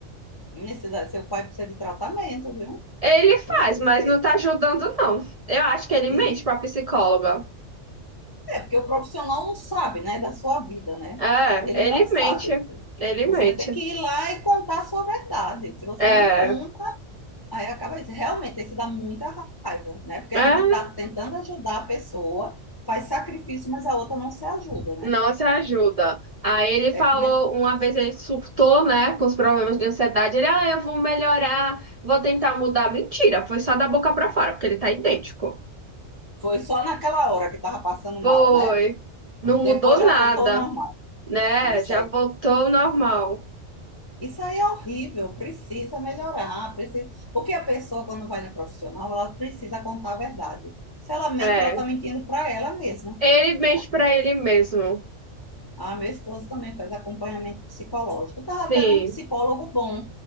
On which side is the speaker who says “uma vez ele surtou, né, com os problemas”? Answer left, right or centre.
Right